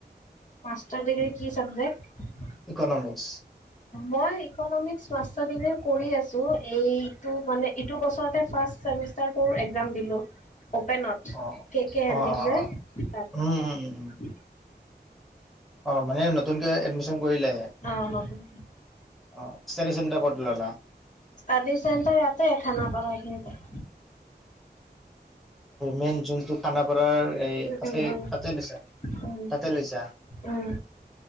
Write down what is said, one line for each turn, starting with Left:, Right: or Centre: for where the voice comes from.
Left: মাষ্টাৰ ডিগ্ৰী কি চাবজেক্ট?
Centre: ইকনমিক্স।
Left: মই ইকনমিক্স মাষ্টাৰ ডিগ্ৰী কৰি আছো, এইটো মানে ইটো বছৰতে ফাৰ্ষ ছেমিষ্টাৰটোৰ এক্সাম দিলোঁ। অপেনত
Centre: অ
Left: কে কে হেন্দিক
Centre: অ অ
Left: যে
Centre: অ
Left: তাতে।
Centre: উম উম উম অ', মানে নতুনকে এডমিচন কৰিলেহে।
Left: অ নতুনকে
Centre: অ', ষ্টাডী চেণ্টাৰ ক'ত ল'লা?
Left: ষ্টাডি চেণ্টাৰ ইয়াতে খানাপাৰাতে।
Centre: মেইন যোনটো খানাপ তাৰ এই
Left: উম
Centre: আছে
Left: উম উম
Centre: তাতে লৈছা
Left: উম
Centre: তাতে লৈছা?
Left: উম